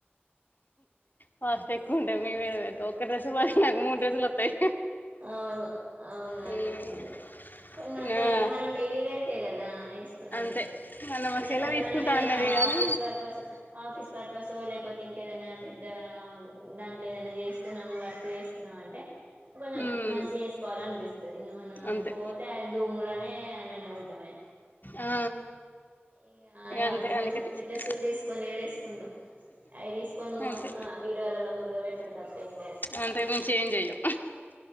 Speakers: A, on the left (about 50°); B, on the right (about 45°).
A: కాస్టెక్కువుంటాయ్ మేమేడ <inaudible> ఒక డ్రస్సు <unintelligible> నాకు మూడ్రస్సు లొత్తయి
B: అవును అవును
A: మ్మ్
B: అదైతే నిజమే కొన్నుంటాయి
A: ఆ
B: ఇంగ మనం డైలీ వేర్ కే గదా వేసుకునేది
A: అంతే మొన్న మా
B: ఇంగ
A: చెల్లె
B: సరే
A: తీసుకుంటా
B: మనమేదన్నా
A: అన్నది కానీ
B: office purpose office purpose so లేపోతే ఇంకేదన్న పెద్ద దాంట్లో ఏదనా చేస్తున్నాము వర్క్ చేస్తున్నామంటే కొంచెం
A: మ్మ్
B: మంచి గేసుకోవాలనిపిస్తది ఇంగ మనం
A: అంతే
B: పోతే దుమ్ములనే లనే ఉంటమే
A: ఆ
B: ఇగ
A: అంతే
B: అంత మంచి
A: అందుకే
B: మంచి
A: తీసుకో
B: డ్రెస్సులు తీసుకోని ఏడేసుకుంటం అయి తీసుకోని
A: అంతే
B: బీరువాలలో మురుగ పెట్టుడు తప్ప ఏం లేదు!
A: అంతకు మించి ఏం చెయ్యం